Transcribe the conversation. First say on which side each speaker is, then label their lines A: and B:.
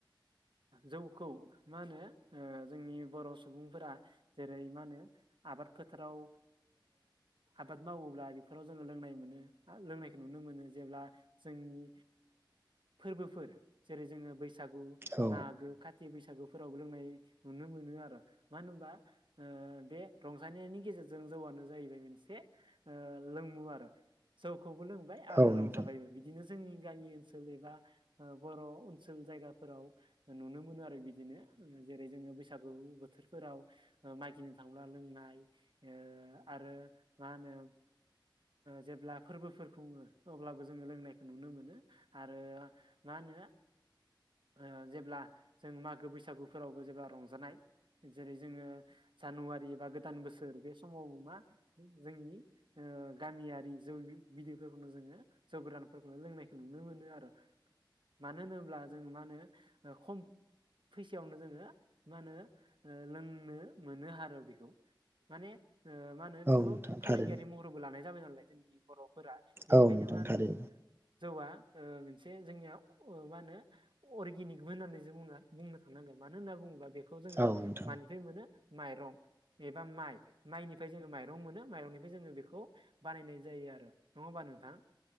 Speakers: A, on the right; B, on the right.
A: जौखौ मा होनो जोंनि बर' सुबुंफोरा जेरै- मा होनो आबाद फोथाराव आबाद मावोब्ला बेफोराव जोङो लोंनाय मोनो लोंनायखौ नुनो नुनो मोनो जेब्ला जोंनि फोरबोफोर जेरै जोङो बैसागु
B: औ
A: मागो खाथि बैसागो फोरावबो लोंनाय नुनो मोनो आरो मानो होनबा बे रंजानायनि गेजेरजों जौआ नो जाहैबाय मोनसे लोंमु आरो जौखौबो लोंबाय आरो
B: औ
A: रंजाबायबो
B: नोंथां
A: बिदिनो जोंनि गामि ओनसोल एबा बर' ओनसोल जायगाफोराव नुनो मोनो आरो बिदिनो जेरै जोङो बैसागु बोथोरफोराव मागिनो थांब्ला लोंनाय ओह आरो मा होनो। जेब्ला फोरबोफोर खुङो अब्लाबो जोङो लोंनायखौ नुनो मोनो आरो मा मा होनो ओ जेब्ला जों मागो बैसागुफोरावबो जेब्ला रंजानाय जेरै जोङो जानुवारि एबा गोदान बोसोर बे समाव मा जोंनि गामियारि जौ बिदैफोरखौनो जोङो जौ गोरानफोरखौनो लोंनायखौ नुनो मोनो आरो मानो होनोब्ला जों मा होनो खम फैसायावनो जोङो मा होनो लोंनो मोनो आरो बेखौ। माने मा होनो बेखौ
B: औ नोंथां
A: फालांगियारि
B: थारैनो
A: महरबो लानाय जाबाय नालाय जोंनि बर' फोरा बेनिखायनो
B: औ नोंथां
A: मा होनो
B: थारैनो
A: जौआ मोनसे जोंनिया मा होनो अर्गेनिकबो होननानै जो बुङा बुंनो थांनांगोन मानो होनना बुङोब्ला बेखौ जोङो
B: औ नोंथां
A: मानिफ्राय मोनो माइरं। एबा माइ माइनिफ्राय जोङो माइरं मोनो माइरंनिफ्राय जोङो बेखौ बानायनाय जायो आरो नङा होनबा नोंथां